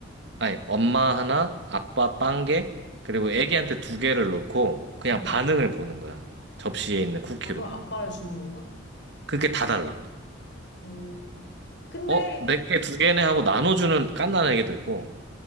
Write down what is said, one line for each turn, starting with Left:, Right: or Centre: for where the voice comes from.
Right: 아니, 엄마 하나, 아빠 빵 개, 그리고 애기한테 두 개를 넣고 그냥
Left: 응.
Right: 반응을 보는 거야. 접시에 있는 쿠키로.
Left: 아, 그럼 아빠를 주는 건가?
Right: 그게 다 달라.
Left: 음. 근데
Right: 어, 내게 두 개네 하고 나눠주는 갓난 애기도 있고,